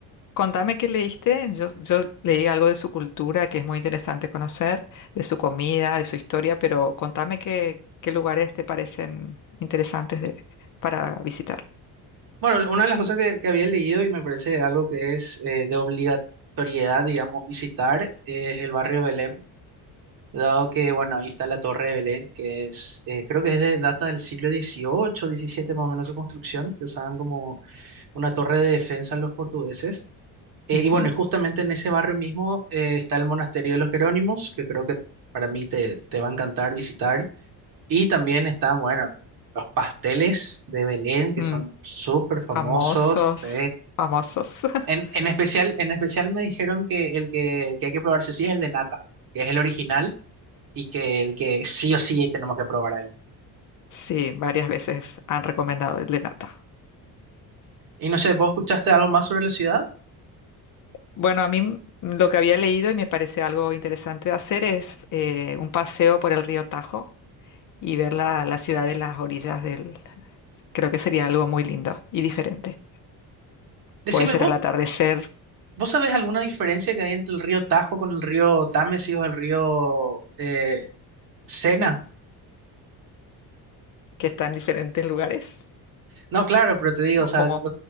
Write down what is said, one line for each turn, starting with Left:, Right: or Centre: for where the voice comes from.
Left: Contame qué leíste. Yo, yo leí algo de su cultura que es muy interesante conocer, de su comida, de su historia, pero contame qué, qué lugares te parecen interesantes de, para visitar.
Right: Bueno, una de las cosas que, que había leído y me parece algo que es eh, de obligatoriedad, digamos, visitar es el barrio de Belém, dado que, bueno, ahí está la Torre de Belén, que es, eh, creo que es de data del siglo dieciocho diecisiete más o menos su construcción, que usaban como una torre de defensa los portugueses. Eh,
Left: Ujú.
Right: y bueno, y justamente en ese barrio mismo eh, está el Monasterio de los Jerónimos, que creo que para mí te, te va a encantar visitar. Y también están, bueno, los pasteles de Belén, que
Left: Mm,
Right: son súper famosos.
Left: famosos,
Right: sí.
Left: famosos. <laughs>
Right: En, en especial, en especial me dijeron que el que, que hay que probar sí o sí es el de nata, que es el original y que el que sí o sí tenemos que probar ahí.
Left: Sí, varias veces han recomendado el de nata.
Right: Y no sé, ¿vos escuchaste algo más sobre la ciudad?
Left: Bueno, a mí m- lo que había leído y me parece algo interesante de hacer es eh, un paseo por el río Tajo y ver la, la ciudad de las orillas del... Creo que sería algo muy lindo y diferente.
Right: Decime,
Left: puede ser
Right: ¿vos,
Left: al atardecer,
Right: vos sabés alguna diferencia que hay entre el río Tajo con el río Támesis o el río eh, Sena?
Left: que está en diferentes lugares,
Right: No, claro, pero te digo,
Left: o
Right: o sea,
Left: como...